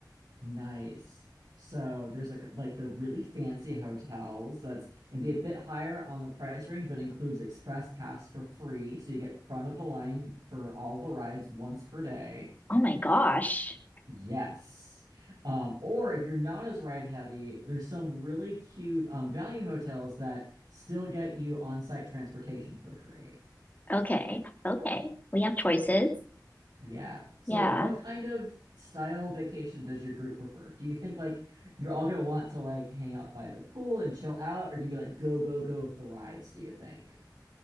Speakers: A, on the right; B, on the left.
A: Nice. So there's like like the really fancy hotels that's and be a bit higher on the price range, but includes express pass for free. So you get front of the line for all the rides once per day.
B: Oh my gosh.
A: Yes. Um, or if you're not as ride heavy, there's some really cute um, value hotels that still get you on-site transportation for free.
B: Okay, okay. We have choices.
A: Yeah. So
B: Yeah.
A: like what kind of style vacation does your group prefer? Do you think like you're all gonna want to like hang out by the pool and chill out, or you can be like go, go, go with the rides, do you think?